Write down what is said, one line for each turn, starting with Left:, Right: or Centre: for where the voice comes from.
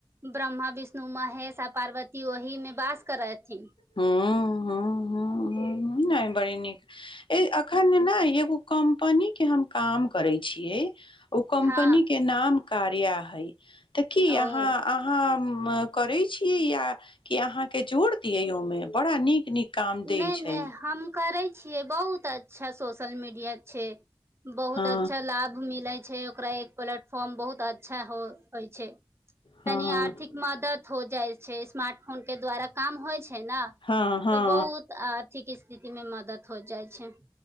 Right: ब्रह्मा विष्णु महेश पार्वती ओहि मे वास करै हथिन
Left: हूं‌ हूं हूं नहि बड़ी नीक ए एखन ने एगो कम्पनी के हम काम करै छियै ओ कमनी
Right: हँ
Left: के नाम कार्या हई त की
Right: ओ
Left: अहाँ आँ हम करै छिय आ की अहाँके जोड़ि दिय ओहिमे बड़ा नीक नीक काम दै
Right: नहि
Left: छै
Right: नहि हम करै छियै बहुत अच्छा सोशल मीडिया छै बहुत
Left: हँ
Right: अच्छा लाभ मिले छै ओकरा एक प्लेटफॉर्म बहुत अ -अच्छा होइ छै
Left: हँ
Right: तनी आर्थिक मदद हो जाइ छै स्मार्ट फोन के द्वारा काम होइ छै ने
Left: हँ हँ
Right: तऽ बहुत आर्थिक स्थितिमे मदद हो जाइत छै